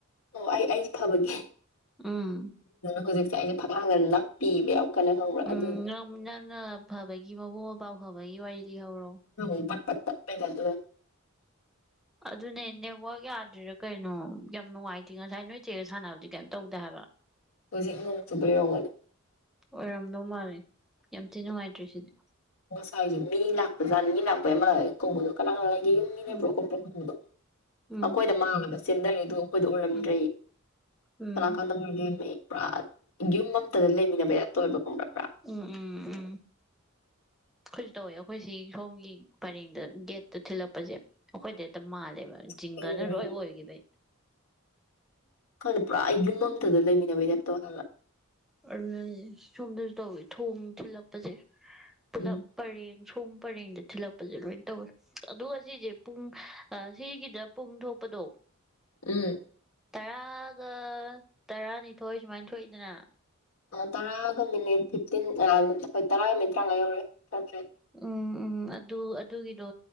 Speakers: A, on the left; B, in the centre.
A: ꯑꯣ ꯑꯩ ꯑꯩ ꯐꯕꯒꯤꯦ
B: ꯎꯝ
A: ꯍꯧꯖꯤꯛꯁꯦ ꯑꯩꯖꯦ ꯐꯛꯂꯡꯗ ꯅꯥꯞꯄꯤꯕ ꯌꯥꯝ ꯀꯟꯅ ꯈꯪꯕ꯭ꯔꯥ
B: ꯎꯝ
A: ꯑꯗꯨ
B: ꯅꯪ ꯅꯪꯅ ꯐꯕꯒꯤ ꯃꯕꯨ ꯄꯥꯎ ꯐꯕꯒꯤ ꯋꯥꯔꯤ ꯂꯤꯍꯧꯔꯣ
A: ꯎ ꯄꯠꯇ ꯄꯩ ꯆꯗ
B: ꯑꯗꯨꯅꯦ ꯅꯦꯠꯋꯥꯛ ꯌꯥꯗ꯭ꯔꯤꯔꯥ ꯀꯩꯅꯣ ꯌꯥꯝ ꯅꯨꯡꯉꯥꯏꯇꯦ ꯉꯁꯥꯏ ꯅꯣꯏ ꯆꯦꯛꯒ ꯁꯥꯟꯅꯕꯗꯤ ꯀꯩꯝ ꯇꯧꯗꯦ ꯍꯥꯏꯕ
A: ꯍꯧ ꯁꯨꯄ꯭ꯔꯌꯣꯒ
B: ꯑꯣꯏꯔꯝꯗꯧ ꯃꯥꯜꯂꯦ ꯌꯥꯝ ꯊꯤ ꯅꯨꯡꯉꯥꯏꯇ꯭ꯔꯦ ꯁꯤꯗꯤ
A: ꯁꯦ ꯃꯤ ꯂꯥꯛꯄ ꯖꯥꯠ ꯃꯤ ꯂꯥꯛꯄꯩ ꯑꯃ ꯀꯧꯕꯗꯣ ꯀꯅꯥꯅꯥ ꯌꯨꯝ ꯃꯤꯅꯦꯕꯣ
B: ꯎꯝ
A: ꯈꯣꯠꯄꯗꯣ
B: ꯎꯝ
A: ꯑꯩꯈꯣꯏꯗ ꯃꯥꯡꯂꯕꯁꯦ ꯆꯗꯦꯜꯗꯨ ꯑꯩꯈꯣꯏꯗ ꯑꯣꯏꯔꯝꯗ꯭ꯔꯦ
B: ꯎꯝ ꯎꯝ
A: ꯁꯂꯥꯛꯀꯥꯟꯗ ꯑꯣꯏꯔꯝꯃꯦ ꯄꯨꯔꯥ ꯌꯨꯝ ꯑꯃꯝꯇꯗ ꯂꯩꯃꯤꯟꯅꯕ ꯌꯥꯝ ꯇꯣꯏꯕ ꯈꯣꯡꯗꯛ
B: ꯑꯣ ꯎꯝ ꯎꯝ ꯑꯩꯈꯣꯏꯁꯨ ꯇꯧꯋꯦ ꯑꯩꯈꯣꯏꯁꯤ ꯁꯣꯝꯒꯤ ꯄꯔꯦꯡꯗ ꯒꯦꯠꯇ ꯊꯤꯜꯂꯛꯄꯁꯦ ꯑꯩꯈꯣꯏꯗ ꯍꯦꯛꯇ ꯃꯥꯜꯂꯦꯕ ꯖꯤꯡꯒꯅ
A: ꯎꯝ
B: ꯂꯣꯏ ꯑꯣꯏꯈꯤꯕꯩ
A: ꯈꯣꯏ ꯄꯨꯔꯥ ꯌꯨꯝ ꯑꯃꯝꯇꯗ ꯂꯩꯃꯤꯟꯅꯕꯩ ꯂꯦꯞꯇꯣ ꯍꯥꯏꯕ
B: ꯑꯗꯨ ꯁꯣꯝꯗꯁꯨ ꯇꯧꯋꯤ ꯊꯣꯡ ꯊꯤꯜꯂꯛꯄꯁꯦ ꯄꯨꯂꯞ
A: ꯎꯝ
B: ꯄꯔꯦ ꯁꯣꯝ ꯄꯔꯗ ꯆꯂꯞ ꯂꯣꯏꯅ ꯇꯧꯋꯦ ꯑꯗꯨꯒ ꯁꯤꯁꯦ ꯄꯨꯡ ꯁꯤꯒꯤꯗ ꯄꯨꯡ ꯊꯣꯛꯄꯗꯣ
A: ꯎꯝ
B: ꯇꯔꯥꯒ ꯇꯔꯥꯅꯤꯊꯣꯏ ꯁꯨꯃꯥꯏꯅ ꯊꯣꯛꯏꯗꯅ
A: ꯇꯔꯥꯒ ꯃꯤꯅꯤꯠ ꯐꯤꯞꯇꯤꯟ ꯍꯣꯏ ꯇꯔꯥꯒ ꯃꯤꯅꯤꯠ ꯇꯔꯥꯉꯥ ꯌꯧꯔꯦ ꯆꯇ꯭ꯔꯦ
B: ꯎꯝ ꯎꯝ ꯑꯗꯨ ꯑꯗꯨꯒꯤꯗꯣ